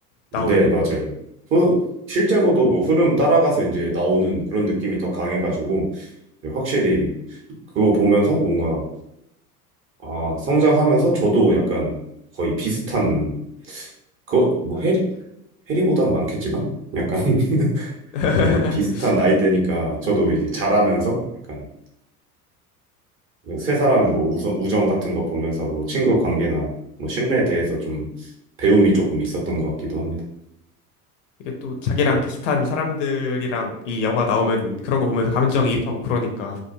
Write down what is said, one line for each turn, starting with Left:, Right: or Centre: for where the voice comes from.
Right: 네,
Left: 나오면은
Right: 맞아요. 후, 실제로도 뭐 흐름 따라가서 이제 나오는 그런 느낌이 더 강해가지고 확실히 그거 보면서 뭔가 아, 성장하면서 저도 약간 거의 비슷한, 그, 뭐, 해리, 해리보단 많겠지만? 약간, <laughs>
Left: <laughs>
Right: 이제 비슷한 나이대니까 저도 이제 자라면서 약간 세 사람 뭐 우정, 우정 같은 거 보면서 뭐 친구 관계나 뭐 신뢰에 대해서 좀 배움이 조금 있었던 것 같기도 합니다.
Left: 이게 또 자기랑 비슷한 사람들이랑 이 영화 나오면은 그런 거 보면서 감정이입하고 그러니까